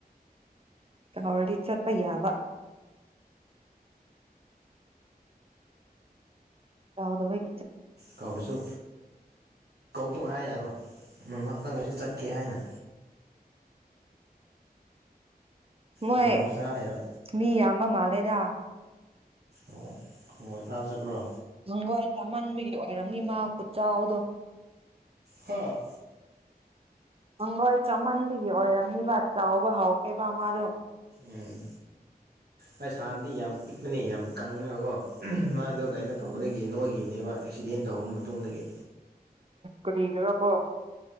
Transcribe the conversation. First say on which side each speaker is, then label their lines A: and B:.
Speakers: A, on the right; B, on the right.
A: ꯀꯧ ꯆꯄ ꯌꯥꯕ ꯌꯥꯥꯎꯗꯕꯩ
B: ꯀꯔꯁꯨ ꯂꯣꯛ ꯍꯥꯏ ꯌꯥꯔꯣ ꯅꯣꯡꯍꯥꯛꯇꯪꯒꯤꯁꯨ ꯆꯠꯀꯦ ꯍꯥꯏꯅ
A: ꯃꯣꯏ
B: ꯍꯪꯉꯣꯏꯁꯨ ꯆꯥ ꯍꯩꯔꯝ
A: ꯃꯤ ꯌꯥꯝꯕ ꯃꯥꯜꯂꯦꯗ
B: ꯑꯣ ꯈꯪꯉꯣꯏ ꯏ ꯐꯥꯕ ꯆꯠꯄ꯭ꯔꯣ
A: ꯍꯪꯒꯣꯏ ꯆꯥꯃꯟꯕꯒꯤ ꯑꯣꯏꯔꯝꯅꯤ ꯃꯥ ꯎꯆꯥꯎꯗꯣ
B: ꯍꯣꯏ
A: ꯍꯪꯒꯣꯏ ꯆꯃꯟꯕꯒꯤ ꯑꯣꯏꯔꯝꯅꯤꯕ ꯆꯥꯎꯕ ꯍꯥꯎꯈꯤꯕꯦꯕ ꯃꯥꯗꯣ
B: ꯎꯝ ꯑꯩ ꯁꯥꯟꯅꯗꯤ ꯌꯥꯝ ꯄꯤꯛꯄꯅꯦ ꯌꯥꯝ ꯀꯪꯉꯕꯀꯣ ꯃꯥ ꯑꯣ ꯀꯥꯏꯣ ꯇꯧꯕꯗꯒꯤ ꯅꯣꯏꯈꯤꯕꯅꯦꯕ ꯑꯦꯛꯁꯤꯗꯦꯟ ꯇꯧ ꯃꯇꯨꯡꯗꯒꯤ
A: ꯀꯒꯔꯄꯣ